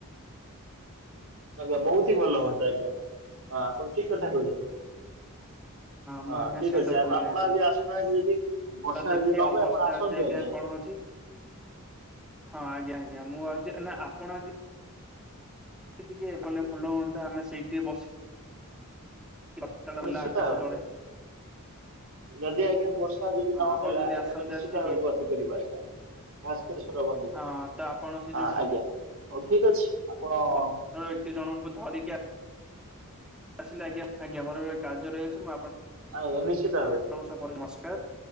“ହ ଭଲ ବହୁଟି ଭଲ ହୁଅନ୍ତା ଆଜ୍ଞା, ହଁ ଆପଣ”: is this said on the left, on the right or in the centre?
Right